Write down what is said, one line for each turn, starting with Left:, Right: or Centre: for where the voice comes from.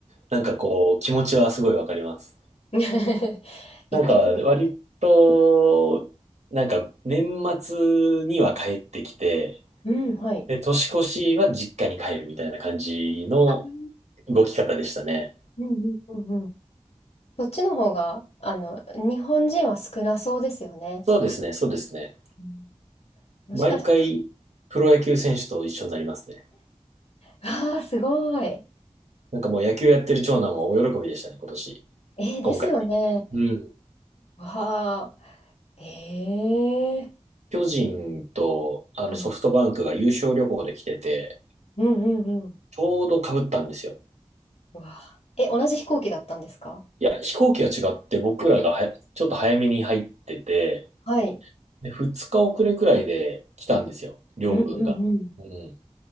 Right: なんかこう、気持ちはすごいわかります。
Left: <laughs> 行ってみると。
Right: なんか割と、なんか年末には帰ってきて、
Left: うん、はい。
Right: で、年越しは実家に帰るみたいな感じの
Left: あー
Right: 動き方でしたね。
Left: うんうんうんうん。そっちの方が、あの、日本人は少なそうですよね。
Right: そうですね。そうですね。
Left: うんもしかして、
Right: 毎回、プロ野球選手と一緒になりますね。
Left: わあ、すごい。え
Right: なんかもう野球やってる長男は大喜びでしたね、今年。
Left: ーですよね。
Right: 今回。うん。
Left: わあ、ええー
Right: 巨人とあのソフトバンクが優勝旅行で来てて、
Left: はいうんうんうん。
Right: ちょうど被ったんですよ。
Left: うわあえ、同じ飛行機だったんですか
Right: いや、飛行機は違って僕らがはちょっと早めに入ってて、
Left: はい。
Right: で、2日遅れくらいで来たんですよ、両軍が。
Left: うんうんうん。
Right: うん。